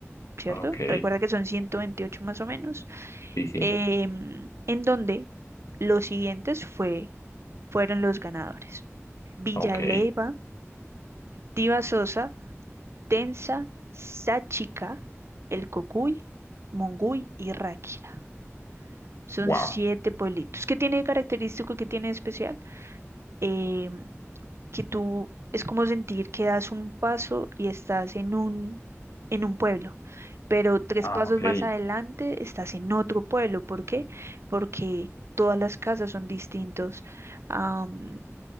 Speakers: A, on the right; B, on the left.
A: ¿cierto?
B: Ok,
A: Recuerda que son 128 más o menos.
B: sí, sí,
A: em, en donde los siguientes fue, fueron los ganadores. Villa
B: ok,
A: Eleva, Tiva Sosa, Tensa, Sáchica, El Cocuy, Monguy y Ráquira. Son
B: wow.
A: siete pueblitos. ¿Qué tiene de característico? ¿Qué tiene de especial? Em, que tú es como sentir que das un paso y estás en un, en un pueblo, pero tres
B: Ah,
A: pasos
B: ok,
A: más adelante estás en otro pueblo. ¿Por qué? Porque todas las casas son distintos, am,